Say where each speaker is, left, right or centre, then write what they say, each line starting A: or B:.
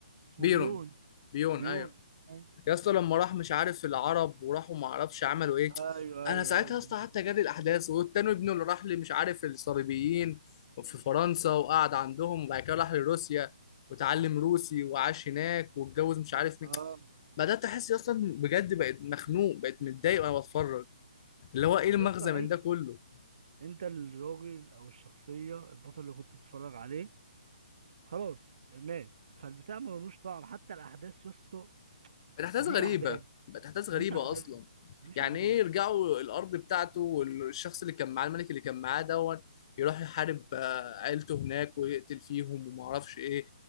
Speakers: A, on the right; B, on the left.
A: اسمه
B: بيرون
A: بيون
B: بيون
A: بيون
B: ايوه
A: ايوه
B: يا اسطى لما راح مش عارف العرب وراحوا ما اعرفش عملوا ايه
A: ايوه
B: انا
A: ايوه
B: ساعتها
A: أيوة.
B: يا اسطى قعدت اجري الاحداث والتاني ابنه اللي راح لي مش عارف الصليبيين في فرنسا وقعد عندهم وبعد كده راح لروسيا وتعلم روسي وعاش هناك واتجوز مش عارف
A: اه
B: مين بدات احس اصلا بجد بقيت مخنوق بقيت متضايق وانا بتفرج اللي هو ايه
A: يا
B: المغزى
A: اسطى
B: من
A: ايوه
B: ده كله
A: انت الراجل او الشخصيه البطل اللي كنت بتتفرج عليه خلاص مات فالبتاع ملوش طعم حتى الاحداث يا اسطى
B: بقت احداث
A: مفيش
B: غريبه
A: احداث
B: بقت احداث
A: مفيش
B: غريبه
A: احداث
B: اصلا
A: مفيش
B: يعني
A: احداث
B: ايه يرجعوا الارض بتاعته والشخص اللي كان معاه الملك اللي كان معاه دون يروح يحارب آه، عيلته هناك ويقتل فيهم وما اعرفش ايه